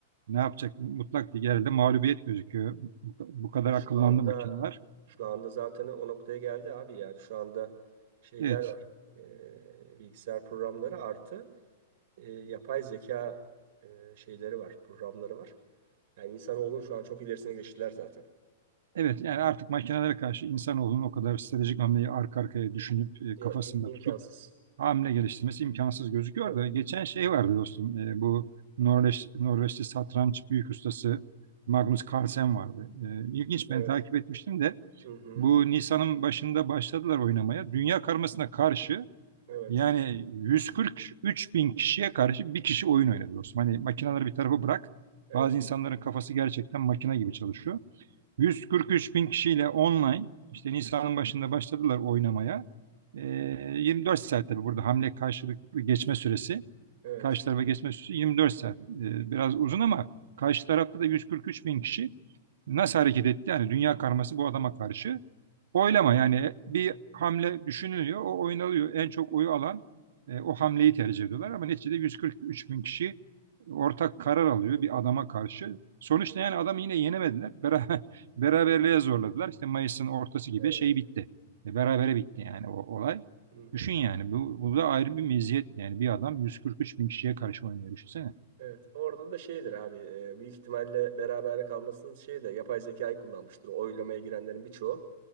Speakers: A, on the right (about 75°); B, on the right (about 55°).
A: ne yapacak? Mutlak bir yerde mağlubiyet gözüküyor. Bu bu kadar
B: Ya Şu
A: akıllandı
B: anda
A: makineler.
B: şu anda zaten o noktaya geldi abi yani şu anda şeyler
A: Evet,
B: var. Ee, bilgisayar programları artı e, yapay zeka e, şeyleri var, programları var. Yani insanoğlunun şu an çok ilerisine geçtiler zaten.
A: Evet yani artık makinelere karşı insanoğlunun o kadar stratejik hamleyi arka arkaya düşünüp e,
B: Yok,
A: kafasında
B: im- imkansız.
A: tutup hamle geliştirmesi imkansız gözüküyor
B: Yok.
A: da geçen şey
B: Hı hı.
A: vardı dostum e, bu Norveç, Norveçli satranç büyük ustası Magnus Carlsen vardı. E, ilginç
B: Evet.
A: ben takip etmiştim de
B: Hı hı.
A: bu Nisan'ın başında başladılar oynamaya. Dünya karmasına karşı
B: Evet.
A: yani 143 bin kişiye karşı bir kişi oyun oynadı dostum. Hani makineleri bir tarafa bırak
B: Evet.
A: bazı insanların kafası gerçekten makine gibi çalışıyor. 143 bin kişiyle online işte Nisan'ın başında başladılar oynamaya. Ee, 24 saat tabii burada hamle karşılıklı geçme süresi
B: Evet.
A: karşı tarafa geçme süresi 24 saat. Ee, biraz uzun ama karşı tarafta da 143 bin kişi nasıl hareket etti? Yani dünya karması bu adama karşı. Oylama yani bir hamle düşünülüyor, o oynalıyor. En çok oyu alan e, o hamleyi tercih ediyorlar ama neticede 143 bin kişi ortak karar alıyor
B: Hı hı.
A: bir adama karşı. Sonuçta yani adamı yine yenemediler. Beraber, <laughs> beraberliğe zorladılar. İşte Mayıs'ın ortası gibi
B: Evet.
A: şey bitti. E, berabere bitti yani o olay.
B: Hı hı.
A: Düşün yani bu, bu da ayrı bir meziyet yani bir adam 143 bin kişiye karşı oynuyor düşünsene.
B: Evet. Orada da şeydir abi. e, büyük ihtimalle beraber kalmasının şeyi de yapay zekayı kullanmıştır. O oylamaya girenlerin birçoğu.